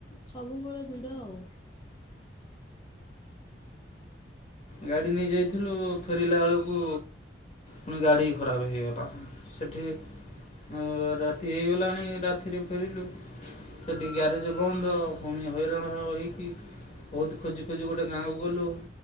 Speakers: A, on the left (about 25°); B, on the left (about 40°).
A: ସବୁବେଳେ ଭିଡ ଆଉ।
B: ଗାଡ଼ି ନେଇ ଯାଇଥିଲୁ ଫେରିଲା ବେଳକୁ ପୁଣି ଗାଡି ଖରାପ ହେଇଗଲା ସେଠି ହଁ ରାତି ହେଇଗଲାଣି ରାତିରେ ଫେରିଲୁ। ସେଟି ଗ୍ୟାରେଜ ବନ୍ଦ ପୁଣି ହଇରାଣ ହି କି ବହୁତ ଖୋଜି ଖୋଜି ଗୋଟେ ଗାଁକୁ ଗଲୁ।